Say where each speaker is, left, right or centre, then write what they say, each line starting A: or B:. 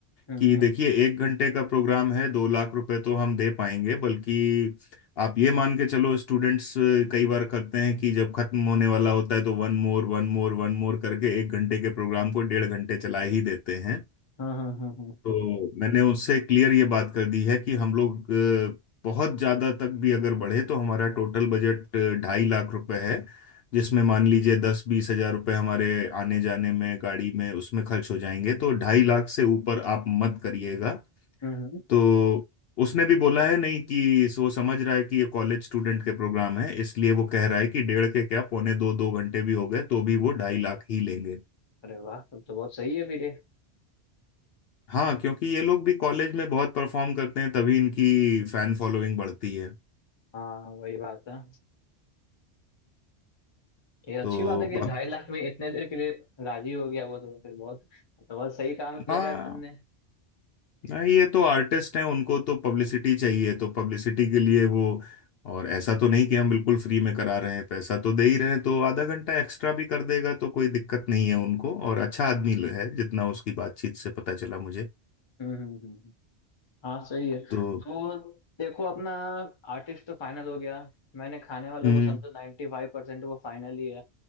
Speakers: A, on the left (about 30°); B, on the left (about 65°).
A: हम्म
B: कि देखिए
A: हम्म
B: एक घंटे का प्रोग्राम है दो लाख रुपए तो हम दे पाएंगे बल्कि आप ये मान के चलो स्टूडेंट्स कई बार करते हैं कि जब खत्म होने वाला होता है तो one more one more one more करके एक घंटे के प्रोग्राम को डेढ़ घंटे चला ही देते हैं
A: हम्म हम्म हम्म
B: तो मैंने उससे क्लियर ये बात कर दी है कि हम लोग अ, बहुत ज्यादा तक भी अगर बढ़े तो हमारा टोटल बजट अ, ढाई लाख रुपए है जिसमें मान लीजिए दस बीस हजार रुपए हमारे आने जाने में गाड़ी में उसमें खर्च हो जाएंगे तो ढाई लाख से ऊपर आप मत करिएगा
A: हम्म, हम्म।
B: तो उसने भी बोला है नहीं कि इस- वो समझ रहा है कि ये कॉलेज स्टूडेंट के प्रोग्राम है इसलिए वो कह रहा है कि डेढ़ के क्या पौने दो दो घंटे भी हो गए तो भी वो ढाई लाख ही लेंगे
A: अरे वाह तब तो बहुत सही है फिर ये
B: हाँ क्योंकि ये लोग भी कॉलेज में बहुत परफॉर्म करते हैं तभी इनकी फैन फॉलोइंग बढ़ती है
A: हाँ वही बात है ये अच्छी
B: तो
A: बात है कि
B: बाक-
A: ढाई लाख में इतने देर के लिए राजी हो गया वो तो फिर बहुत तो बहुत सही काम किया
B: हाँ
A: यार तुमने
B: नहीं ये तो आर्टिस्ट हैं उनको तो पब्लिसिटी चाहिए तो पब्लिसिटी के लिए वो और ऐसा तो नहीं कि हम बिल्कुल फ्री में करा रहे हैं पैसा तो दे ही रहे हैं तो आधा घंटा एक्स्ट्रा भी कर देगा तो कोई दिक्कत नहीं है उनको और अच्छा आदमी है जितना उसकी बातचीत से पता चला मुझे
A: हम्म हम्म हम्म। हम्म। हाँ सही है
B: तो
A: तो देखो अपना आर्टिस्ट तो फाइनल हो गया मैंने खाने वालों
B: हम्म
A: को समझो 95% फाइव परसेंट वो फाइनल ही है